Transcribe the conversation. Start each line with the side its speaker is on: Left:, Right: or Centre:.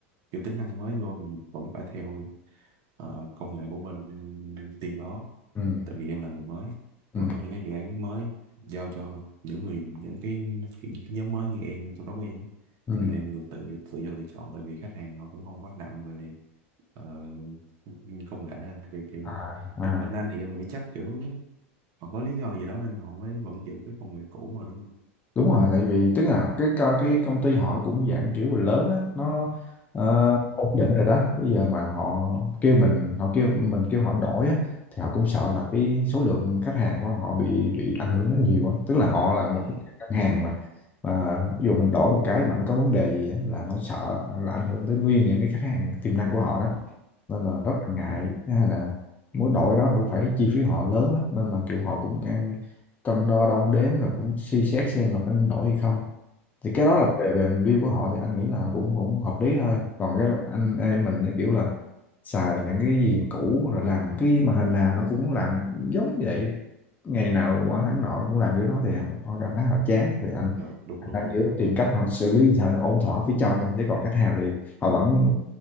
Right: kiểu tính năng mới vô thì vẫn phải theo ờ, công nghệ của bên team đó
Left: ừ
Right: tại vì em là người mới
Left: ừ
Right: nhưng mà có những cái dự án mới giao cho những người những cái, cái, cái nhóm mới như em trong đó có em
Left: ừ
Right: thì tụi em được tự tự do lựa chọn tại vì khách hàng họ cũng không quá nặng về ờ, công nghệ đâu, kiểu, kiểu
Left: à à
Right: nhưng mà bên anh thì em nghĩ chắc kiểu họ có lý do gì đó nên họ mới vẫn giữ cái công nghệ cũ mà đúng không?
Left: đúng rồi tại vì tức là cái co- cái công ty họ cũng dạng kiểu là lớn á nó ờ,
Right: À,
Left: ổn định rồi đó bây giờ mà họ kêu mình họ kêu mình kêu họ đổi á thì họ cũng sợ là cái số lượng khách hàng của họ bị bị ảnh hưởng rất nhiều á tức là họ là một
Right: ừ
Left: cái ngân hàng mà mà ví dụ mình đổi một cái mà nó có vấn đề gì á, là nó sợ là ảnh hưởng tới nguyên những cái khách hàng tiềm năng của họ đó nên là rất là ngại Thứ hai là muốn đổi đó nó cũng phải chi phí họ lớn á nên là kiểu họ cũng đang cân đo đong đếm là cũng suy xét xem là có nên đổi hay không thì cái đó
Right: ờ
Left: là về về view của họ thì anh nghĩ là cũng cũng hợp lý thôi còn cái anh em mình thì kiểu là xài những cái gì cũ rồi làm cái màn hình nào nó cũng làm giống vậy ngày nào qua tháng nọ cũng làm kiểu đó thì họ, họ cảm thấy họ chán thì anh
Right: rồi, đúng
Left: anh
Right: đúng
Left: đang
Right: đúng
Left: kiểu tìm cách họ xử lý làm sao cho ổn thỏa phía trong thôi chứ còn khách hàng thì họ vẫn